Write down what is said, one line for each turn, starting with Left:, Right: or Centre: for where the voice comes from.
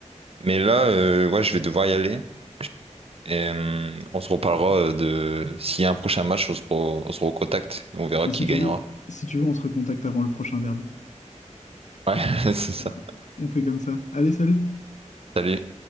Right: Mais là, euh, ouais, je vais devoir y aller. Et euh, on se reparlera euh, de s'il y a un prochain match, on se, re- on se recontacte et on verra
Left: Mais
Right: qui
Left: si tu
Right: gagnera.
Left: veux, si tu veux, on se recontacte avant le prochain derby.
Right: Ouais, <laughs> c'est ça.
Left: <laughs> On fait comme ça. Allez, salut!
Right: Salut.